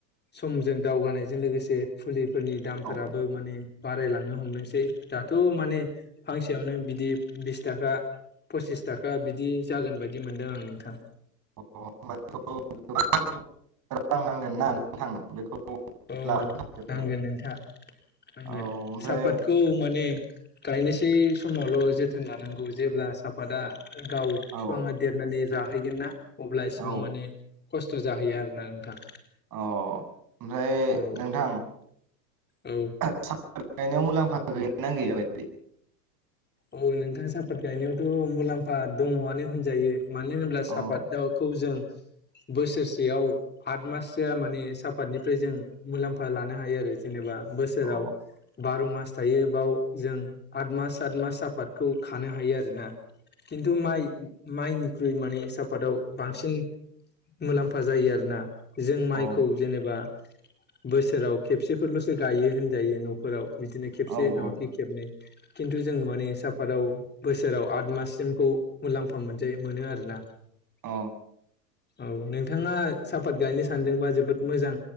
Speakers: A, on the left; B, on the right.
A: समजों दावगानायजों लोगोसे फुलि फोरनि दामफोराबो
B: औ
A: माने बारायलांनो हमनोसै दाथ' माने फांसेयावनो बिदि बिस थाखा पसिस थाखा बिदि जागोन बायदि मोनदों आं नोंथां।
B: <unintelligible> नोंथां बेखौ
A: औ
B: लाबोनो थाखायबो
A: नांगोन नोंथां नांगोन
B: औ ओमफ्राय
A: साहापातखौ माने गायनोसै समावल' जोथोन लानांगौ जेब्ला साफादा गाव फिफाङा
B: औ
A: देरनानै जाहैगोन ना अब्ला इसिबां
B: औ
A: माने खस्थ' जाहैयो आरोना नोंथां।
B: अ ओमफ्राय
A: औ
B: नोंथां
A: औ
B: <unintelligible> गायनायाव मुलाम्फा गैयाना गैयाबायदि?
A: औ नोंथाङा सापात गायनायावथ' मुलाम्फा दङआनो होनजायो। मानो होनब्ला
B: अ
A: सापात दाउखौ जों
B: <inaudible>
A: बोसोरसेयाव आद माससोआ माने साफातनिफ्राय जों मुलाम्फा लानो हायो आरो जेनेबा बोसोराव
B: औ
A: बार' मास थायो बाव जों आठ मास सात मास आपाादखौ खानो हायो आरोना खिन्थु माइ माइनि ख्रुइ माने साफातआव बांसिन मुलाम्फा जायो आरोना जों माइखौ
B: ओ
A: जेनेबा बोसोराव खेबसेफोरल'सो गायो होनजायो न'फोराव बिदिनो खेबसे
B: औ औ
A: नङाखि खेबनै खिन्थु जों माने सापाताव बोसोराव आद माससिमखौ मुलाम्फा मोनजायो मोनो आरोना
B: अ
A: औ नोंथाङा सापात गायनो सानदोंबा जोबोद मोजां